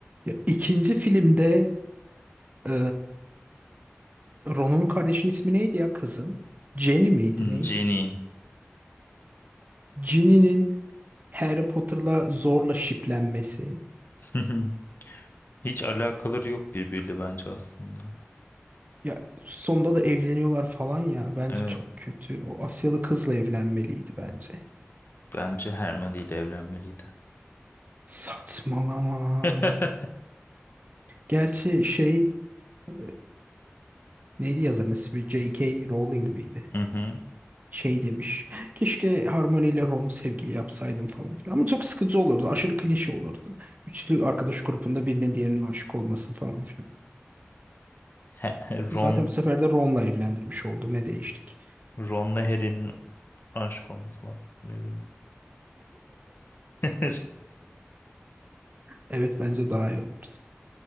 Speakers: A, on the right; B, on the left.
A: Ya, ikinci filmde e, Ron'un kardeşinin ismi neydi ya kızın? Jenny miydi
B: Hmm,
A: neydi?
B: Genie.
A: Jenny'nin Harry Potter'la zorla şiplenmesi.
B: <laughs> Hiç alakaları yok birbiriyle bence aslında.
A: Ya sonunda da evleniyorlar falan ya. Bence
B: Evet,
A: çok kötü. O Asyalı kızla evlenmeliydi bence.
B: bence Hermione ile evlenmeliydi.
A: Saçmalama.
B: <laughs>
A: Gerçi şey e, neydi yazarın ismi? J.K. Rowling miydi?
B: Hı hı.
A: şey demiş. Keşke Harmony ile Ron'u sevgili yapsaydım falan filan. Ama çok sıkıcı olurdu. Aşırı klişe olurdu. Üçlü arkadaş grubunda birinin diğerine aşık olması falan filan.
B: He- Ron,
A: Zaten bu sefer de Ron'la evlendirmiş oldu. Ne değiştik?
B: Ron'la Harry'nin aşık olması lazım birbirine. <laughs>
A: Evet bence daha iyi olurdu.